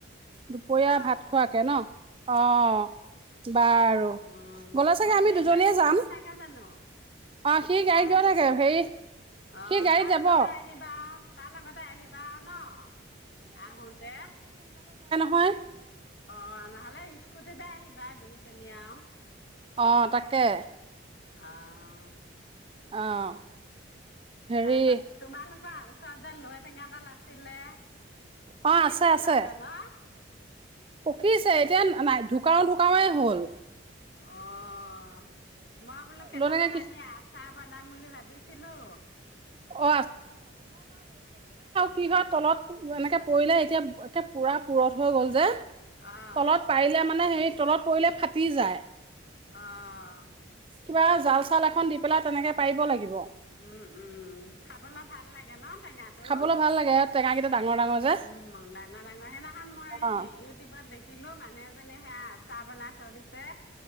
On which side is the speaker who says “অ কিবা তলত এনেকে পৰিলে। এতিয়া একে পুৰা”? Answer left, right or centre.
Right